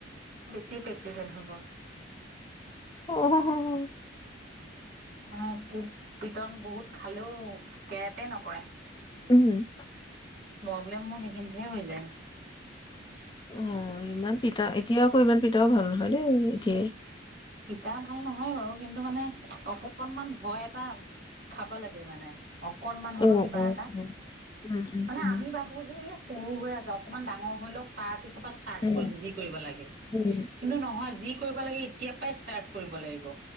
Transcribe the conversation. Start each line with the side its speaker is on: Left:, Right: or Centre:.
Right: কি প্ৰেক্টিকেল হ'ব
Left: অঁ হ হ হ
Right: মানে পোক পিটন বহুত খাঁলেও কেৰেপে নকৰে।
Left: উমহু
Right: মই বোলে মোৰ সেইখিনিতহে হৈ যায়।
Left: ওম ইমান পিতা, এতিয়া আকৌ ইমান পিতাও ভাল নহয় দেই এতিয়াই।
Right: পিঠা ভাল নহয় বাৰু কিন্তু মানে অকনমান ভয় এটা খাব লাগে মানে। অকনমান হলেও
Left: উম,
Right: কিবা
Left: উম,
Right: এটা
Left: উম। উম, উম,
Right: মানে
Left: উম।
Right: আমি ভাবো যে এই সৰু হৈ আছে অকনমান ডাঙৰ মই অলপ তাৰপিছ ফটো ষ্টাৰ্টত
Left: উম,
Right: কৰিম যি কৰিব লাগে
Left: উম।
Right: কিন্তু নহয় যি কৰিব লাগে এতিয়া পৰাই ষ্টাৰ্ট কৰিব লাগিব।